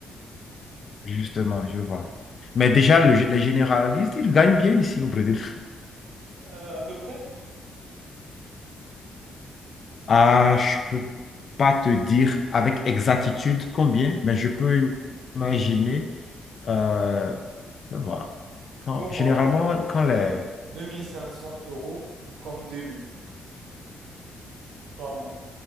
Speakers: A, on the left; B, on the right.
A: justement, je vois. Mais déjà, le gé- les généralistes, ils gagnent bien ici au Brésil.
B: euh, à peu près?
A: Ah, je peux pas te dire avec exactitude combien, mais je peux imaginer. euh, je vois. Quand-
B: Nous, au Maroc,
A: généralement,
B: à peu près
A: quand les...
B: 2500 euros comme début, par mois,